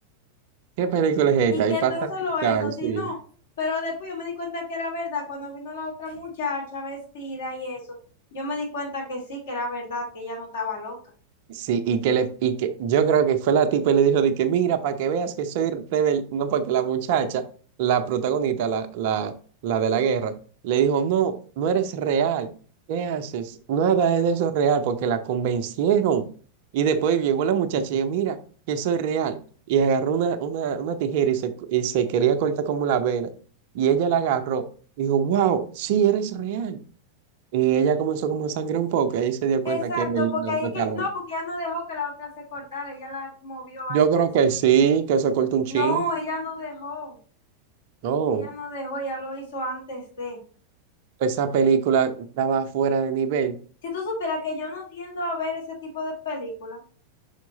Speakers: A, on the right; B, on the left.
A: ¿Qué película es esta?
B: y que
A: Y pasa
B: todo solo
A: la
B: eso,
A: muchacha, sí.
B: si no, pero después yo me di cuenta que era verdad, cuando vino la otra muchacha vestida y eso, yo me di cuenta que sí, que era verdad, que ella no estaba loca.
A: Sí, y que le, y que yo creo que fue la tipa y le dijo de que mira, para que veas que soy rebelde, no, porque la muchacha, la protagonista, la, la, la de la guerra, le dijo, no, no eres real, ¿qué haces? Nada de eso es real, porque la convencieron. Y después llegó la muchacha y dijo, mira, que soy real. Y agarró una, una, una tijera y se, y se quería cortar como la vena. Y ella la agarró, dijo, wow, sí, eres real. Y ella comenzó como a sangrar un poco, y ahí se dio cuenta
B: Exacto,
A: que Belinda
B: porque ahí
A: no
B: es
A: estaba.
B: que, no, porque ella no dejó que la otra se cortara, ella la movió
A: Yo
B: antes
A: creo que
B: de.
A: sí, que se corta un chin.
B: No, ella no dejó,
A: No,
B: ella no dejó, ella lo hizo antes de.
A: esa película estaba fuera de nivel,
B: Si tú supieras que yo no tiendo a ver ese tipo de película,